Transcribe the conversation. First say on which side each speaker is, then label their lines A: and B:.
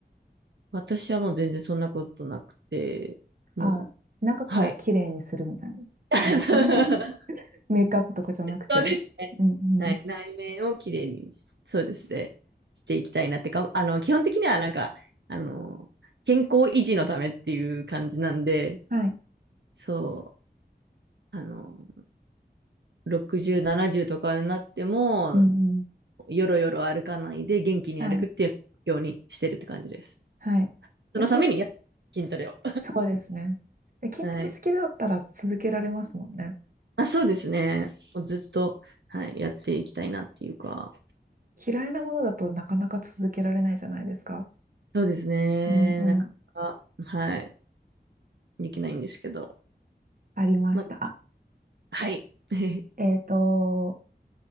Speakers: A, on the right (about 85°); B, on the right (about 50°).
A: 私はもう全然そんなことなくて、もう、
B: あ、中から綺麗にするみたいな。
A: はい。<laughs>
B: その <laughs> メイクアップとかじゃなくて。
A: そうです。
B: うんうん。
A: はい。内面を綺麗に、そうですね、していきたいなってか、あの、基本的にはなんか、あの、健康維持のためっていう感じなんで、
B: はい、
A: そう、あの、60、70とかになっても、
B: うんうん。
A: よろよろ歩かないで元気に歩くっていうようにしてるって感じです。
B: はい。はい。
A: そのためにや筋トレを。
B: で、筋、そうですね。で、筋トレ好きだったら続けられますもんね。
A: はい。あ、そうですね。もうずっと、はい、やっていきたいなっていうか、
B: 嫌いなものだとなかなか続けられないじゃないですか。
A: そうですね。
B: うんうん、
A: なかなか、はい、できないんですけど。
B: ありました。
A: まあ、はい。<laughs>
B: えっと、